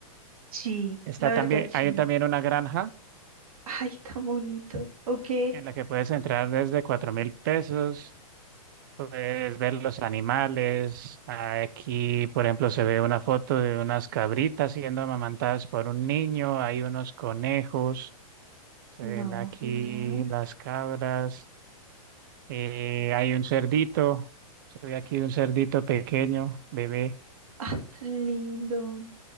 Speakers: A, on the right (about 70°); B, on the right (about 35°).
A: Sí,
B: Está
A: la verdad,
B: también,
A: sí.
B: hay también una granja
A: Ay, tan bonito. Ok.
B: en la que puedes entrar desde cuatro mil pesos Puedes ver los animales. Aquí, por ejemplo, se ve una foto de unas cabritas siendo amamantadas por un niño. Hay unos conejos. Se
A: No,
B: ven aquí
A: genial.
B: las cabras. eh, hay un cerdito. Se ve aquí un cerdito pequeño, bebé.
A: Ay, tan lindo.